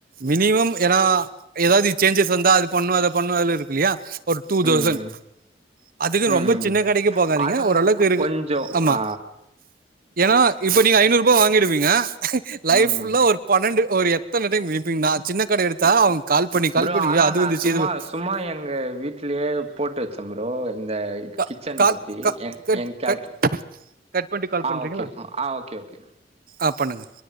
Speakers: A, on the right; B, on the right.
A: மினிமம் ஏனா ஏதாவது சேஞ்சஸ் வந்தா அது பண்ணு அத பண்ணு அதுல இருக் இல்லியா ஒரு டூ தௌசண்ட்
B: ம் ம்
A: அதுக்கு
B: ம்
A: ரொம்ப சின்ன கடைக்கு போகாதீங்க
B: அது வந்
A: ஓரளவுக்கு இருக்கு
B: கொஞ்சோ
A: ஆமா
B: ஆ
A: ஏனா இப்ப நீங்க ஐநூறு ரூபா வாங்கிடுவீங்க லைஃப்
B: ம்
A: ஃபுல்லா ஒரு பன்னெண்டு ஒரு எத்தன டைம் இப்பீங்னா சின்ன கட எடுத்தா கால் பண்ணி கால்
B: ப்ரோ
A: பண்ணி
B: ஆனா
A: அது
B: நா
A: வந்துச்சு
B: சும்மா
A: இது வந்து-
B: சும்மா எங்க வீட்லியே போட்டு வச்சே ப்ரோ இந்த
A: கா-
B: கிச்சன்
A: கால்
B: பத்தி
A: க
B: ஏ
A: கட்
B: ஏ கேட்
A: கட் கட் பண்ணிட்டு கால்
B: ஆ
A: பண்றீங்களா?
B: ஓகே ஆ ஓகே ஓகே
A: ஆ பண்ணுங்க